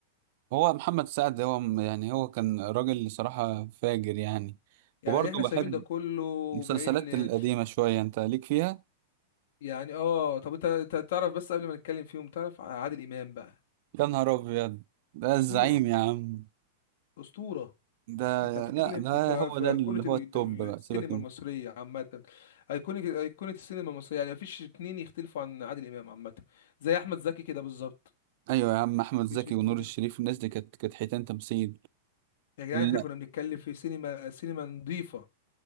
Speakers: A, on the right (about 55°); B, on the left (about 65°).
A: هو محمد سعد هو م- يعني هو كان راجل صراحة فاجر يعني
B: يعني
A: وبرضه
B: احنا سايبين
A: بحب
B: ده كله وجايين
A: المسلسلات القديمة شوية انت ليك فيها
B: يعني اه طب انت أنت تعرف بس قبل ما نتكلم فيهم تعرف عادل امام بقى
A: يا نهار ابيض ده
B: اسطورة
A: الزعيم يا عم
B: اسطورة
A: ده
B: انت بتتكلم
A: لا ده
B: في في
A: هو
B: في
A: ده
B: ايقونه
A: اللي هو
B: ال-
A: التوب
B: ال-
A: بقى
B: السينما
A: سيبك انت
B: المصريه عامه ايقونه ايقونه السينما المصريه يعني مفيش اتنين يختلفوا عن عادل امام عامه زي احمد زكي كده بالظبط
A: ايوه يا عم احمد زكي
B: مفيش اتنين
A: ونور الشريف
B: يخت...
A: الناس دي كانت كانت حيتان تمثيل
B: يا جدعان
A: لا
B: احنا كنا بنتكلم في سينما سينما نظيفه